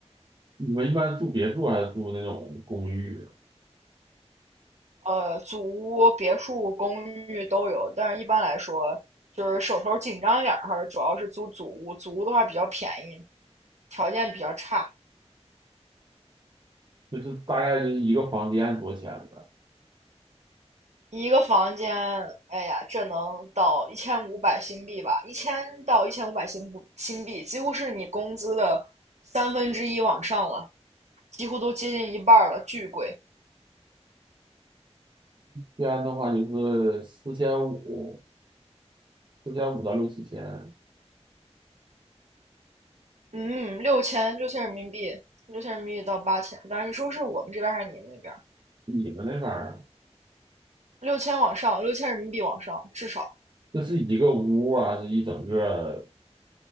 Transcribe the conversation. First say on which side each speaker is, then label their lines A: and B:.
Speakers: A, on the right; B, on the right.
A: 你们一般住别墅还是住那种公寓啊？
B: 呃，祖屋、别墅、公寓都有，但是一般来说，就是手头紧张一点儿，还是主要是租祖屋。祖屋的话比较便宜，条件比较差，
A: 就是大概就是一个房间多少钱呗？
B: 一个房间，哎呀，这能到一千五百新币吧？一千到一千五百新不新币，几乎是你工资的三分之一往上了，几乎都接近一半了，巨贵。
A: 一般的话就是四千五。四千五到六七千，
B: 嗯，六千，六千人民币，六千人民币到八千。当然，你说是我们这边还是你们那边？
A: 你们那边儿
B: 六千往上，六千人民币往上，至少
A: 这是一个屋啊，还是一整个